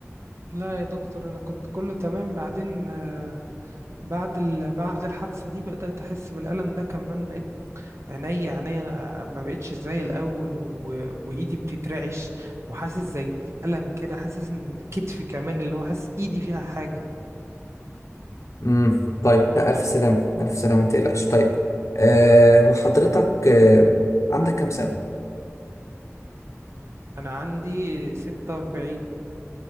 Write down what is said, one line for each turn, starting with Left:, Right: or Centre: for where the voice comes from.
Right: لا يا دكتور انا كنت كله تمام بعدين آه، بعد ال... بعد الحادثه دي بدات احس بالالم ده كمان بقيت عينيا عينيا انا ما بقتش زي الاول و... و... وايدي بتترعش وحاسس زي بألم كده حاسس ان كتفي كمان اللي هو حاسس ايدي فيها حاجة
Left: امم طيب لا ألف سلامة ألف سلامة ما تقلقش طيب آه هو حضرتك آه عندك كام سنة؟
Right: انا عندي 46